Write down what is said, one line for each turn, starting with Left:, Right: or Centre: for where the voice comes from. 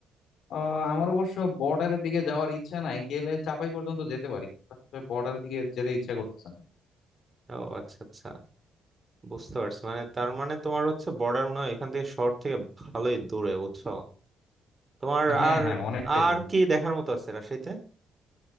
Left: আহ আমার অবশ্য বর্ডারের দিকে যাওয়ার ইচ্ছা নাই গেলে চাঁপাই পর্যন্ত যেতে পারি কিন্তু বর্ডারের দিকে যেতে ইচ্ছা করতেছে না
Right: ও আচ্ছা আচ্ছা বুঝতে পারছি মানে তার মানে তোমার হচ্ছে বর্ডার মনে হয় এখান থেকে শহর থেকে ভালোই দূরে বুঝছো তোমার
Left: হ্যাঁ
Right: আর
Left: হ্যাঁ অনেকটাই
Right: আর
Left: দূর
Right: কি দেখার মতো আছে রাজশাহীতে